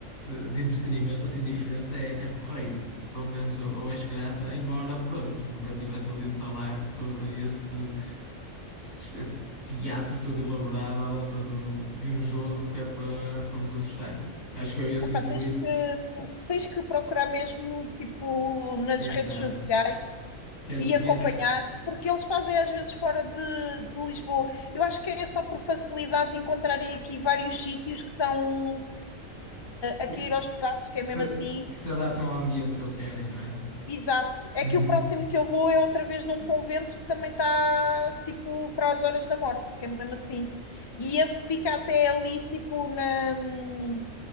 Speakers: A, on the left (about 85°); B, on the left (about 25°).
A: de entretenimento assim diferente é, é porreiro. Pelo menos eu, eu acho graça, embora, pronto, nunca tivesse ouvido falar sobre esse. esse, esse teatro todo elaborado à volta do, de um jogo que é para para vos assustar. Acho que é esse
B: Epá,
A: o intuito.
B: tens que, tens que procurar mesmo, tipo, nas
A: Exato.
B: redes sociais
A: Quero
B: e
A: seguir
B: acompanhar,
A: eh,
B: porque eles fazem às vezes fora de, de Lisboa. Eu acho que é só por facilidade de encontrarem aqui vários sítios que estão uh, a
A: que
B: cair aos pedaços, que
A: se,
B: é mesmo assim.
A: que se adaptam ao ambiente que eles querem, não é?
B: Exato. É
A: Uhum.
B: que o próximo que eu vou é outra vez num convento que também está tipo para as horas da morte, que é mesmo assim. E esse fica até ali, tipo, na. hum,